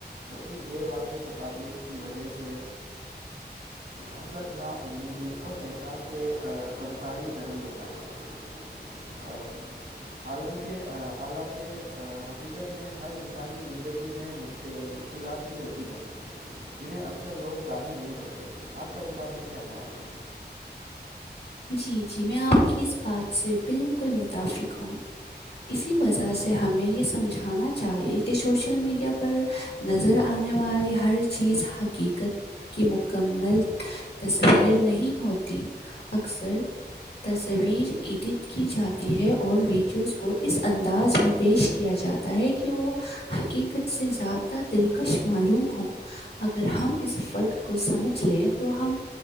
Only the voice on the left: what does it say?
جی جی میں آپ کی اس بات سے بالکل متفق ہوں اسی وجہ سے ہمیں یہ سمجھانا چاہیے کہ شوشل میڈیا پر نظر آنے والی ہر چیز حقیقت کی مکمل تصویر نہیں ہوتی اکثر تصویر ایڈٹ کی جاتی ہے اور ویڈیوز کو اس انداز میں پیش کیا جاتا ہے کہ وہ حقیقت سے زیادہ دلکش معلوم ہو اگر ہم اس فرق کو سمجھ لیں تو ہم